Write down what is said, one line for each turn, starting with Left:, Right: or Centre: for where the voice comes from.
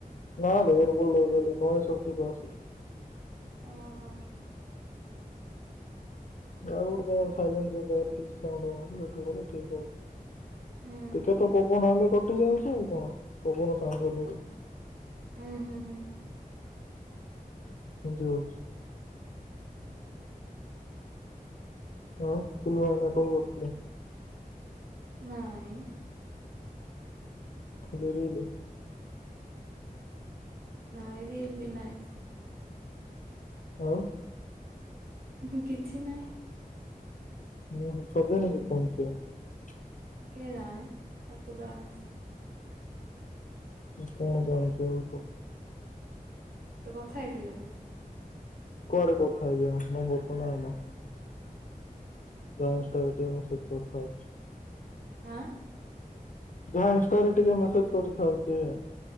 Left: ନାଲୋ ଇୟର ବଡ଼ ଲଗେଇଲେ <unintelligible>
Right: ଅହଂ
Left: ଆଉ ଗୋଟେ ଜାଗାରେ ସାଇଲେଣ୍ଟ ଯଉ ଜାଗାରେ କଲେ କିଛି ସାଉଁଟ <unintelligible> ଗଲେ ଠିକ ହୋଉଛି।
Right: ହୁଁ
Left: ଟକେ ତ ପବନ ହେଲେ ତ କଟିଯାଉଛି ଆଉ କଣ ପବନ ସାଉଣ୍ଡ ହେଲେ
Right: ହଁ ହୁଁ ହୁଁ।
Left: ସେମିତି ହଉଛି। ଆଉ ଟୁଲୁ ଭାଇନା କଣ କରୁଥିଲେ।
Right: ନାଇଁ।
Left: କଣ ଡ଼ରିଗଲୁ?
Right: ନାଇଁରେ ଏଲଦି ନହିଁ।
Left: ଆଉ।
Right: ହୁଁ କିଛି ନହିଁ।
Left: ହୁଁ ହୁଁ ସୁଜୁନି କିଛି। <unintelligible>
Right: କେଏ ଜାଣେ ତାକୁ ଯଣା।
Left: କଣ ଜାଣୁଚୁ ଆଉ କ।
Right: ତୁ କଥା ହେଇଥିଲୁ କି?
Left: କୁଆଡେ କଥା ହେଇ ଯିବି ନମ୍ବର ତ ନାଇଁନ। ଡ୍ୟାନ୍ସ ଏ ମେସେଜ କରଥାଉଛି।
Right: ଆଁ।
Left: ଯାହା ଇନଷ୍ଟାରେ ଟିକେ ମେସେଜ କରିଥାଉଚି।